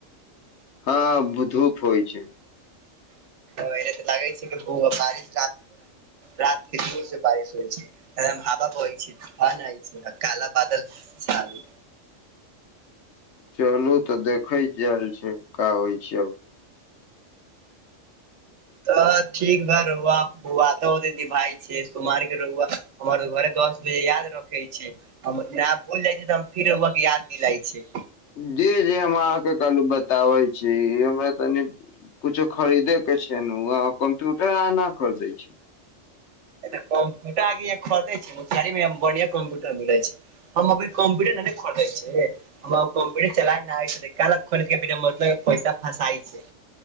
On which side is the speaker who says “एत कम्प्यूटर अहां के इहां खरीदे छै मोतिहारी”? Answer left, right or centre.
Right